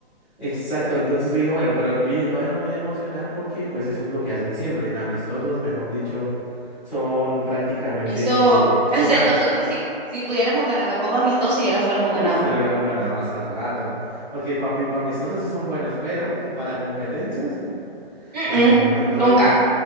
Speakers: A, in the centre; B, on the right.
A: Exacto, entonces yo dije, bueno, pero yo dije, todavía no me voy a emocionar porque pues eso es lo que hacen siempre, en amistosos, mejor dicho, son prácticamente,
B: Eso, <laughs> es
A: son
B: de
A: al...
B: nosotros si, si pudiéramos ganar la Copa Amistosa ya la fuéramos
A: Uf,
B: ganado.
A: ya lo hubiéramos ganado hace rato, porque para amistosos sí son buenos, pero para competencias, <laughs>
B: Mm-mm,
A: las eliminatorias.
B: nunca.